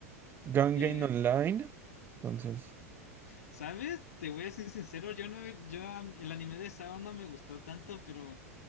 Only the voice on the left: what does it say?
Eh,
¿sabes? Te voy a ser sincero, yo no, yo am- el anime de Sao no me gustó tanto, pero